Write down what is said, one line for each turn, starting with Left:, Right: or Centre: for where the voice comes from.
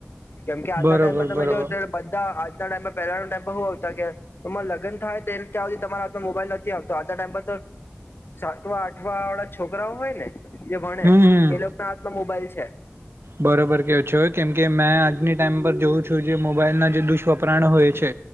Left: કેમ કે આજના
Right: બરોબર
Left: ટાઈમ પર તમે
Right: બરોબર
Left: જો ત્યારે આજના ટાઈમાં પહેલા ટાઈમ હું આવતા કે તમારે લગન થાય તો ત્યાં સુધ તમારા હામાં મોબાઈલ નથી આવતો. આજ તો સાતવા આઠવા વાળા છોકરાઓ હોય ને જે ભણે
Right: હમ હમ
Left: એ લોકો ના હાથમાં મોબાઈલ છે.
Right: બરોબર કેવ છે કેમ કે મેં આજની ટાઈમ પર જોઉં છું જે મોબાઈલ ના જે દુષ્વપરાણ હોય છે